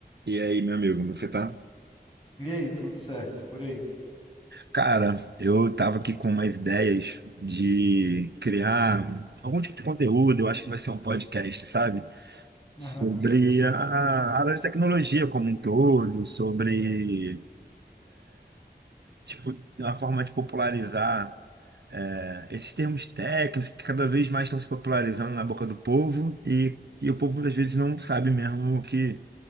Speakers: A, on the right; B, on the left.
A: E aí, meu amigo, como você tá?
B: E aí, tudo certo por aí?
A: Cara, eu tava aqui com umas ideias de criar algum tipo de conteúdo, eu acho que vai ser um podcast, sabe? Sobre
B: Aham,
A: a área de tecnologia como um todo, sobre, tipo, uma forma de popularizar é, esses termos técnicos que cada vez mais estão se popularizando na boca do povo e, e o povo, às vezes, não sabe mesmo o que